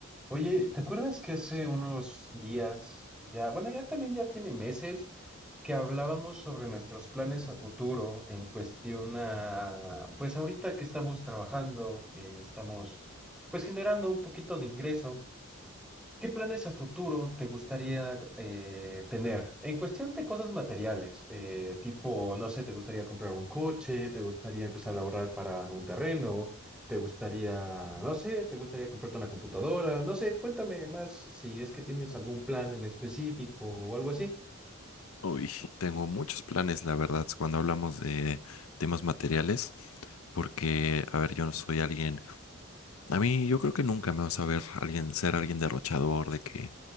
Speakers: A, in the centre; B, on the left.
A: Oye, ¿te acuerdas que hace unos días, ya, bueno, ya también ya tiene meses, que hablábamos sobre nuestros planes a futuro en cuestión a, pues ahorita que estamos trabajando, que estamos pues generando un poquito de ingreso? ¿Qué planes a futuro te gustaría eh, tener? En cuestión de cosas materiales, eh, tipo, no sé, ¿te gustaría comprar un coche? ¿Te gustaría empezar a ahorrar para un terreno? ¿Te gustaría, no sé, te gustaría comprarte una computadora? No sé, cuéntame más si es que tienes algún plan en específico o algo así.
B: Uy, tengo muchos planes, la verdad, cuando hablamos de temas materiales, porque, a ver, yo no soy alguien, a mí yo creo que nunca me vas a ver alguien ser alguien derrochador, de que